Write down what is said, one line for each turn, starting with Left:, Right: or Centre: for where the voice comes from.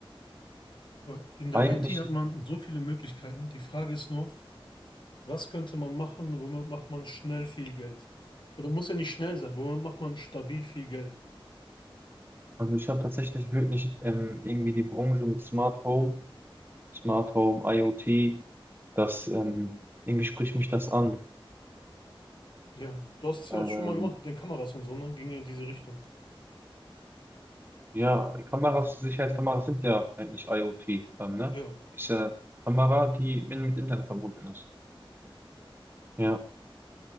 Left: weil in
Right: Eigentlich,
Left: der IT hat man so viele Möglichkeiten. Die Frage ist nur, was könnte man machen, womit macht man schnell viel Geld? Oder muss ja nicht schnell sein, womit macht man stabil viel Geld?
Right: also ich habe tatsächlich wirklich ähm, irgendwie die Branche mit Smart Home, Smart Home, IoT, das ähm, irgendwie spricht mich das an.
Left: Ja, du hast es ja
Right: Ähm,
Left: auch schon mal gemacht mit den Kameras und so, ne? Ging ja in diese Richtung.
Right: Ja, die Kameras, Sicherheitskameras sind ja eigentlich IoT dann, ne?
Left: Ja,
Right: Ist ja Kamera, die mit, mit Internet verbunden ist. Ja,